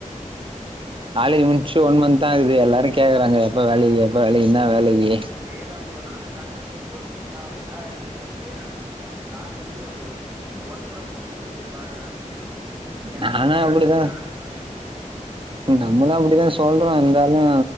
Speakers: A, on the right; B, on the right.
A: காலேஜ் முட்ச்சு ஒன் மன்த் தா ஆகுது எல்லாரு கேக்கறாங்க எப்ப வேலைக்கி எப்ப வேலைக்கி இன்னா வேலைக்கி
B: இதே தா ப்ரோ நானு காலேஜ் முட்ச்ட்டு ஒரு மாசந்தா ஆவுது இன்னா வேலைக்கு போறன் கேக்கறாங்க நா சொல்லீர்ரது ஒர்க் ஃப்ரம் ஹோம் வீட்லிந்தே பாக்கறே அப்டின்ட்டு யாருக்குன்னா
A: நானு
B: தெரியா
A: அப்டிதா
B: போது இன்னா வேல பாக்கறன்னு
A: நம்மளு அப்பிடிதா சொல்றோ இர்ந்தாலு